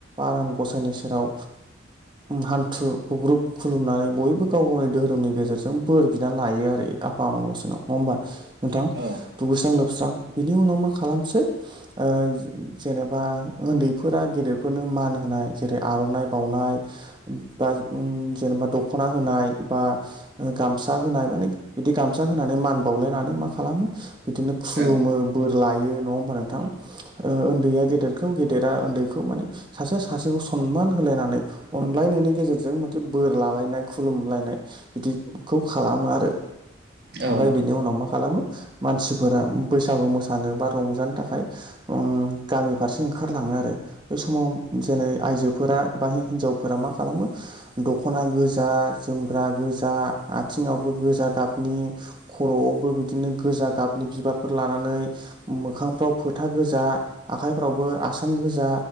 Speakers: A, on the right; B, on the right.
A: आनान गसायनि सेराव हान्थु गुग्रुुब खुलुमनानै बयबो गाव गावनि धोरोमनि गेजेरजों बोर बिनानै लायो आरो आफा अनल'सनाव नङा होमबा नोंथां
B: औ
A: दुगैस्रां लोबस्रां बिनि उनाव मा खालामसै ओ जेनेबा उन्दैफोरा गेदेरफोरनो मान होनाय जेरै आर'नाइ बावनाय बाज उम जेनेबा दख'ना होनाय बा ओ गामसा होनाय माने बिदि गामसा होना मान बावलायनानै मा खालामो बिदिनो खुलुमो
B: औ
A: बोर लायो नङा होमबा नोंथां ओ ओन्दैया गेदेरखौ गेदेरा ओन्दैखौ माने सासेआ सासेखौ सनमान होलायनानै अनलायनायनि गेजेरजों मोनसे बोर लालायनाय खुलुमलायनाय बिदिखौ खालामो आरो
B: नोंथां औ
A: ओमफाय बिनि उनाव मा खालामो मानसिफोरा बैसागु मोसानो बा रंजानो थाखाय <unintelligible> गामि फारसे ओंखारलाङो आरो बे समाव जेनै आइजोफोरा बा हि-हिनजावफोरा मा खालामो दख'ना गोजा जोमग्रा गोजा आथिङावबो गोजा गाबनि खर'आवबो बिदिनो गोजा गाबनि बिबारफोर लानानै मोखांफ्राव फोथा गोजा आखाइफ्रावबो आसान गोजा